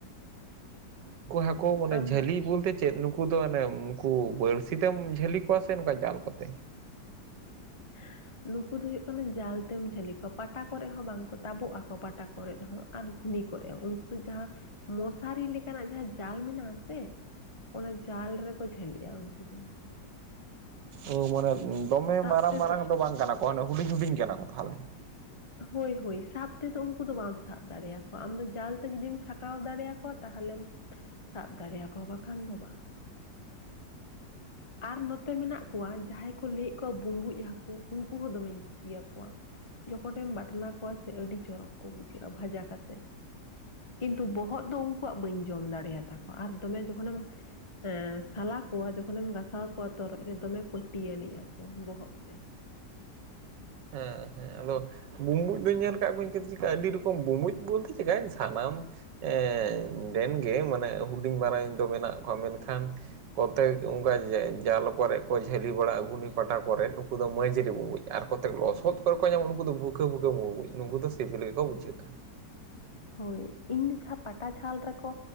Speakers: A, on the right; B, on the left.
A: ᱠᱚ ᱦᱟᱠᱳ ᱢᱟᱱᱮ
B: ᱟᱢ
A: ᱡᱷᱟᱹᱞᱤ
B: ᱫᱚ
A: ᱵᱚᱞᱛᱮᱼᱼ ᱪᱮᱫ ᱱᱩᱠᱩ ᱫᱚ ᱚᱱᱮ ᱩᱸᱠᱩ ᱵᱟᱹᱲᱥᱤ ᱛᱮᱢ ᱡᱷᱟᱹᱞᱤ ᱠᱚᱣᱟ ᱥᱮ ᱱᱚᱠᱟ ᱡᱟᱞ ᱠᱚᱛᱮ?
B: <inaudible> ᱱᱩᱠᱩ ᱫᱚ ᱦᱩᱭᱩᱜ ᱠᱟᱱᱟ ᱡᱟᱞ ᱛᱮᱢ ᱡᱷᱟᱹᱞᱤ ᱠᱚᱣᱟ, ᱯᱟᱴᱟ ᱠᱚᱨᱮᱜ ᱦᱚᱸ ᱵᱟᱝ ᱠᱚ ᱛᱟᱵᱚᱜ ᱟᱠᱚ ᱯᱟᱴᱟ ᱠᱚᱨᱮᱫ ᱦᱚᱸ᱾ ᱟᱫᱽ ᱜᱷᱩᱱᱤ ᱠᱚᱨᱮ ᱩᱝᱠᱩ ᱫᱚ ᱡᱟᱦᱟᱸ ᱢᱚᱥᱟᱨᱤ ᱞᱮᱠᱟᱱᱟᱜ ᱡᱟᱦᱟᱸ ᱡᱟᱞ ᱢᱮᱱᱟᱜᱼᱟ ᱥᱮᱼᱼ ᱚᱱᱟ ᱡᱟᱞ ᱨᱮᱠᱚ ᱡᱷᱟᱹᱞᱤᱜᱼᱟ ᱩᱱᱠᱩ ᱫᱚ᱾
A: ᱳ ᱢᱟᱱᱮ ᱫᱚᱢᱮ
B: ᱥᱟᱵ
A: ᱢᱟᱨᱟᱝ
B: ᱛᱮᱫᱚ
A: ᱢᱟᱨᱟᱝ ᱫᱚ ᱵᱟᱝ ᱠᱟᱱᱟ ᱠᱚ ᱚᱱᱮ ᱦᱩᱰᱤᱧ ᱦᱩᱰᱤᱧ ᱠᱟᱱᱟ ᱠᱚ ᱛᱟᱦᱞᱮ᱾
B: ᱦᱳᱭ ᱦᱳᱭ ᱥᱟᱵᱽ ᱛᱮᱫᱚ ᱩᱝᱠᱩ ᱫᱚ ᱵᱟᱢ ᱥᱟᱵᱽ ᱫᱟᱲᱮᱭᱟ ᱠᱚᱣᱟ ᱟᱢᱫᱚ ᱡᱟᱞ ᱛᱮ ᱡᱩᱫᱤᱢ ᱪᱷᱟᱠᱟᱣ ᱫᱟᱲᱮᱭᱟ ᱠᱚᱣᱟ ᱛᱟᱦᱞᱮᱢ ᱥᱟᱵᱽ ᱫᱟᱲᱮᱭᱟ ᱠᱚᱣᱟ ᱵᱟᱠᱷᱟᱱ ᱫᱚ ᱵᱟᱝ᱾ ᱟᱨ ᱱᱚᱼᱼ ᱛᱮ ᱢᱮᱱᱟᱜ ᱠᱚᱣᱟ ᱡᱟᱦᱟᱸᱭ ᱠᱚ ᱞᱟᱹᱭᱮᱫ ᱠᱚᱣᱟ ᱵᱩᱸᱢᱵᱩᱡ ᱦᱟᱹᱠᱩ ᱩᱱᱠᱩ ᱦᱚᱸ ᱫᱚᱢᱮᱧ ᱠᱩᱥᱤᱭᱟ ᱠᱚᱣᱟ᱾ ᱡᱚᱠᱷᱚᱱᱮᱢ ᱵᱟᱴᱱᱟ ᱠᱚᱣᱟ ᱥᱮ ᱟᱹᱰᱤ ᱪᱚᱨᱚᱠ ᱠᱚ ᱵᱩᱡᱷᱟᱹᱜᱼᱟ ᱵᱷᱟᱡᱟ ᱠᱟᱛᱮᱫ᱾ ᱠᱤᱱᱛᱩ ᱵᱚᱦᱚᱜ ᱫᱚ ᱩᱱᱠᱩᱣᱟᱜ ᱵᱟᱹᱧ ᱡᱚᱢ ᱫᱟᱲᱮᱭᱟ ᱛᱟᱠᱚᱣᱟ ᱟᱨ ᱫᱚᱢᱮ ᱡᱚᱠᱷᱚᱱᱮᱢᱼᱼ ᱮ ᱥᱟᱞᱟ ᱠᱚᱣᱟ ᱡᱚᱠᱷᱚᱱᱮᱢ ᱜᱟᱥᱟᱣ ᱠᱚᱣᱟ ᱛᱚᱨᱚᱡ ᱨᱮ ᱫᱚᱢᱮ ᱞᱟᱹᱴᱤᱭᱟᱹ ᱱᱤᱭᱟᱹ ᱠᱚ ᱵᱚᱦᱚᱜ ᱛᱮ᱾
A: ᱦᱮᱸ ᱦᱮᱸ ᱟᱫᱚ ᱵᱩᱢᱵᱩᱡ ᱫᱩᱧ ᱧᱮᱞ ᱠᱟᱫ ᱠᱚᱣᱟᱹᱧ ᱪᱤᱠᱟᱹ ᱟᱹᱰᱤ ᱨᱚᱠᱚᱢ ᱵᱩᱢᱵᱩᱡ ᱵᱚᱞᱛᱮ ᱪᱤᱠᱟᱹᱧ ᱥᱟᱱᱟᱢ ᱮᱸ ᱰᱮᱱᱜᱮ ᱢᱟᱱᱮ ᱦᱩᱰᱤᱧ ᱢᱟᱨᱟᱝ ᱤᱧᱫᱚ ᱢᱮᱱᱟᱜ ᱠᱚᱣᱟ ᱢᱮᱱᱠᱷᱟᱱ ᱠᱚᱛᱮᱠ ᱚᱱᱠᱟ ᱡᱟᱞ ᱠᱚᱨᱮ ᱠᱚ ᱡᱷᱟᱹᱞᱤ ᱵᱟᱲᱟᱜᱼᱟ ᱜᱷᱩᱱᱤ ᱯᱟᱴᱟ ᱠᱚᱨᱮᱫ ᱱᱩᱠᱩ ᱫᱚ ᱢᱟᱹᱡᱽᱨᱤ ᱵᱩᱢᱵᱩᱡᱽ ᱟᱨ ᱠᱚᱛᱮᱠ ᱞᱚᱥᱚᱫ ᱠᱚᱨᱮ ᱠᱚ ᱧᱟᱢᱚᱜ ᱩᱱᱠᱩ ᱫᱚ ᱵᱷᱩᱠᱟᱹ ᱵᱷᱩᱠᱟᱹ ᱢᱩᱢᱵᱩᱡ ᱱᱩᱠᱩ ᱫᱚ ᱥᱤᱵᱤᱞ ᱜᱮᱠᱚ ᱵᱩᱡᱷᱟᱹᱜᱼᱟ᱾
B: ᱦᱳᱭ ᱤᱧ ᱫᱚ ᱡᱟᱦᱟᱸ ᱯᱟᱴᱟ ᱡᱷᱟᱞ ᱨᱮᱠᱚ